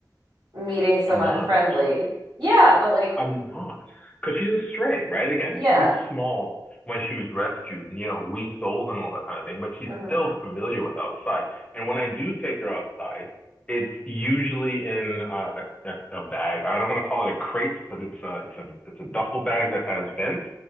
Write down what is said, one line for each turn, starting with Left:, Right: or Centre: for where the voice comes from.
Right: meeting someone
Left: I'm not
Right: unfriendly.
Left: actually.
Right: Yeah, but like,
Left: I'm not. Because she's a stray, right? Again,
Right: yeah.
Left: she was small when she was rescued, you know, weeks old and all that kind of thing, but she's
Right: hmm
Left: still familiar with outside. And when I do take her outside, it's usually in uh, a, a, a bag. I don't want to call it a crate because it's a, it's a, it's a duffel bag that has vents,